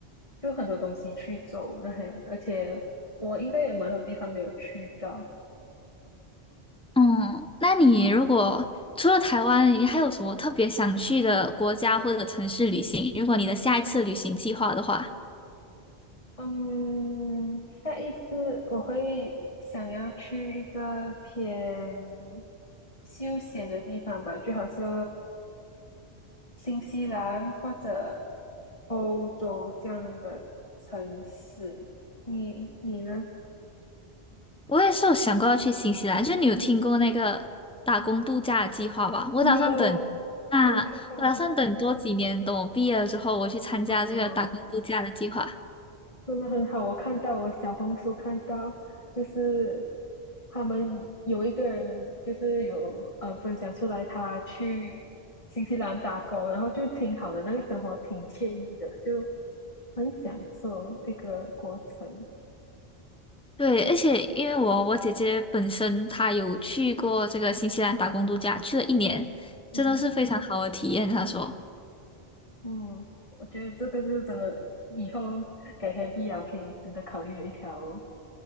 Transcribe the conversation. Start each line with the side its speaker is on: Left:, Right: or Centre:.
Left: 就很多东西去走那些，而且我应该也蛮多地方没有去到，
Centre: 嗯，那你如果除了台湾，你还有什么特别想去的国家或者城市旅行？如果你的下一次旅行计划的话。
Left: 嗯，下一次我会想要去一个偏休闲的地方吧，就好像新西兰或者欧洲这样的城市。你你呢？
Centre: 我也是有想过要去新西兰，就你有听过那个打工度假的计划吧？我打算等啊，
Left: 有，我有看到。
Centre: 我打算等多几年，等我毕业了之后，我去参加这个打工度假的计划。
Left: 哦、真的很好，我看到我小红书看到，就是他们有一个人就是有呃分享出来，他去新西兰打工，然后就挺好的，那个生活挺惬意的，就很享受一个过程。
Centre: 对，而且因为我我姐姐本身她有去过这个新西兰打工度假，去了一年，真的是非常好的体验。
Left: 嗯哼
Centre: 她说，
Left: 嗯，我觉得这个是真的，以后给 Happy 啊可以值得考虑的一条